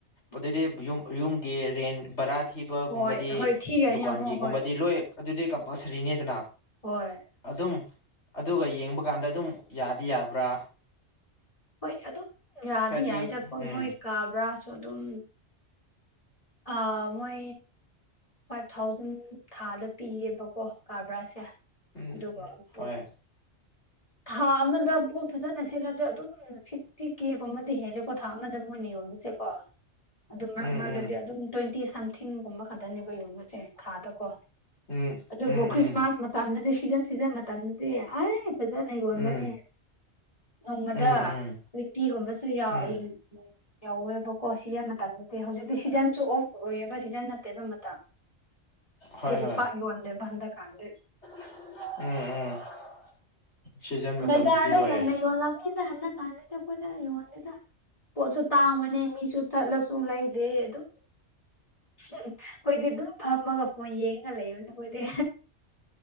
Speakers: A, on the left (about 30°); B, on the left (about 85°).
A: ꯎꯝ
B: ꯑꯗꯨꯗꯤ ꯌꯨꯝ ꯌꯨꯝꯒꯤ ꯔꯦꯟ ꯕꯔꯥ ꯊꯤꯕꯒꯨꯝꯕꯗꯤ
A: ꯍꯣꯏ ꯍꯣꯏ ꯊꯤꯒꯅꯤ
B: ꯗꯨꯀꯥꯟꯒꯤꯒꯨꯝꯕꯗꯤ
A: ꯑꯃꯨꯛ ꯍꯣꯏ
B: ꯂꯣꯏ ꯑꯗꯨꯗꯤ ꯀꯝꯄꯜꯁꯔꯤꯅꯦꯗꯅ꯫
A: ꯍꯣꯏ꯫
B: ꯑꯗꯨꯝ ꯑꯗꯨꯒ ꯌꯦꯡꯕ ꯀꯥꯟꯗ ꯑꯗꯨꯝ ꯌꯥꯗꯤ ꯌꯥꯕ꯭ꯔꯥ꯫
A: ꯍꯣꯏ ꯑꯗꯨꯝ ꯌꯥꯗꯤ
B: ꯈꯔꯗꯤ
A: ꯌꯥꯏꯗꯀꯣ
B: ꯎꯝ
A: ꯃꯣꯏ ꯀꯥ ꯕꯔꯥꯁꯨ ꯑꯗꯨꯝ ꯑ ꯃꯣꯏ ꯐꯥꯏꯚ ꯊꯥꯎ ꯖꯟ ꯊꯥꯗ ꯄꯤꯌꯦꯕꯀꯣ ꯀꯥꯕꯥꯔꯥꯁꯦ
B: ꯎꯝ
A: ꯑꯗꯨꯒ ꯄꯣꯠ
B: ꯍꯣꯏ
A: ꯊꯥ ꯑꯃꯗ ꯄꯣꯠ ꯐꯖꯅ ꯁꯤꯠꯂꯗꯤ ꯑꯗꯨꯝ ꯐꯤꯐꯇꯤ ꯀꯦꯒꯨꯝꯕꯗꯤ ꯍꯦꯜꯂꯦꯀꯣ ꯊꯥ ꯑꯃꯗ ꯃꯣꯏꯅ ꯌꯣꯟꯕꯁꯦꯀꯣ ꯑꯗꯨ ꯃꯔꯛ
B: ꯎꯝ
A: ꯃꯔꯛꯇ
B: ꯎꯝ
A: ꯇ꯭ꯋꯦꯟꯇꯤ ꯁꯝꯊꯤꯡꯒꯨꯝꯕ ꯈꯛꯇꯅꯦꯕ ꯌꯣꯟꯕꯁꯦ ꯊꯥꯗꯀꯣ
B: ꯎꯝ
A: ꯑꯗꯨꯕꯨ
B: ꯎꯝ
A: ꯈ꯭ꯔꯤꯁꯃꯥꯁ ꯃꯇꯝꯗꯗꯤ ꯁꯤꯖꯟ ꯁꯤꯖꯟ ꯃꯇꯝꯗꯗꯤ ꯑꯩ ꯐꯖꯅ ꯌꯣꯟꯕꯅꯦ꯫
B: ꯎꯝ ꯎꯝ
A: ꯅꯣꯡꯃꯗ
B: ꯎꯝ ꯎꯝ
A: ꯅꯨꯄꯤꯒꯨꯝꯕꯁꯨ ꯌꯥꯎꯏ
B: ꯎꯝ
A: <unintelligible> ꯌꯧꯋꯦꯕꯀꯣ ꯁꯤꯖꯟ ꯃꯇꯝꯗꯗꯤ ꯍꯧꯖꯤꯛꯇꯤ ꯁꯤꯖꯟꯁꯨ ꯑꯣꯐ ꯑꯣꯏꯌꯦꯕ ꯁꯤꯖꯟ ꯅꯠꯇꯦꯕ ꯃꯇꯝ꯫ ꯑꯗꯨꯒꯤ
B: ꯍꯣꯏ ꯍꯣꯏ
A: ꯄꯥꯛ ꯌꯣꯟꯗꯦꯕ ꯍꯟꯗꯛ ꯀꯥꯟꯗꯤ꯫
B: ꯎꯝ ꯎꯝ꯫ ꯁꯤꯖꯟ ꯃꯇꯝꯗꯗꯤ
A: ꯕꯖꯥꯔꯗ
B: ꯍꯣꯏ
A: ꯍꯦꯟꯅ ꯌꯣꯜꯂꯝꯅꯤꯗ ꯍꯟꯗꯛ ꯀꯥꯟꯗꯗꯤ ꯑꯩꯈꯣꯏꯗ ꯌꯣꯟ ꯗꯦꯗ ꯄꯣꯠꯁꯨ ꯇꯥꯡꯕꯅꯦ ꯃꯤꯁꯨ ꯆꯠꯂꯁꯨ ꯂꯩꯗꯦ ꯑꯗꯨꯝ ꯑꯩꯈꯣꯏꯗꯤ ꯑꯗꯨꯝ ꯐꯝꯃꯒ ꯐꯣꯟ ꯌꯦꯡꯉꯒ ꯂꯩꯕꯅꯦ ꯑꯩꯈꯣꯏꯗꯤ꯫